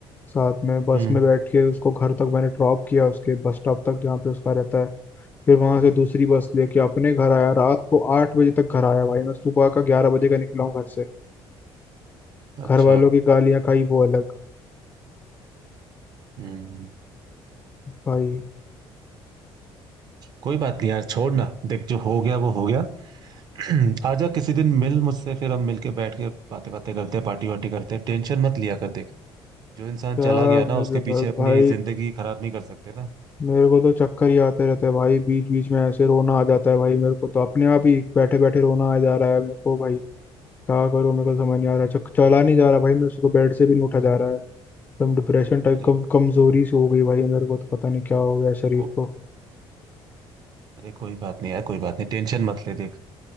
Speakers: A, on the left; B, on the right.
A: साथ में बस
B: हम्म
A: में बैठ के उसको घर तक मैंने ड्रॉप किया उसके बस स्टॉप तक जहाँ पे उसका रहता है फिर वहां से दूसरी बस लेके अपने घर आया रात को आठ बजे तक घर आया भाई मैं सुबह का ग्यारह बजे का निकला हूँ घर से
B: अच्छा
A: घर वालों की गालियां खाई वो अलग
B: हम्म
A: भाई
B: कोई बात नहीं यार छोड़ ना देख जो हो गया वो हो गया <clears throat> आजा किसी दिन मिल मुझसे फिर हम मिल के बैठ के बातें बातें करते पार्टी वार्टी करते टेंशन मत लिया कर देख जो इंसान
A: क्या
B: चला गया ना
A: मतलब
B: उसके पीछे अपनी
A: भाई
B: जिंदगी खराब नहीं कर सकते ना
A: मेरे को तो चक्कर ही आते रहते हैं भाई बीच बीच में ऐसे रोना आ जाता है भाई मेरे को तो अपने आप ही बैठे बैठे रोना आ जा रहा है मेरे को भाई क्या करूं मेरे को समझ नहीं आ रहा है। चक- चला नहीं जा रहा भाई मेरे से तो बेड से भी नहीं उठा जा रहा है एकदम डिप्रेशन टाइप
B: अरे
A: कम कमजोरी सी हो गई भाई मेरे को तो पता नहीं क्या हो गया शरीर
B: को
A: को
B: अरे कोई बात नहीं यार कोई बात नहीं टेंशन मत ले देख